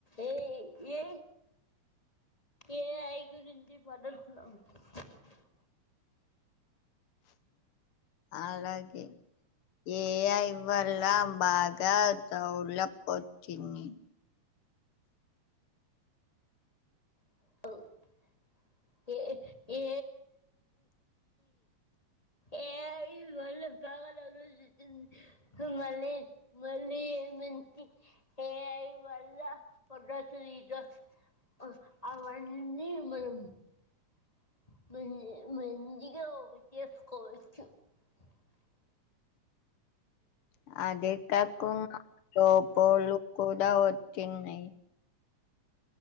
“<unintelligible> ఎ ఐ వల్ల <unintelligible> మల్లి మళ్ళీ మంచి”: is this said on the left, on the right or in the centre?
Left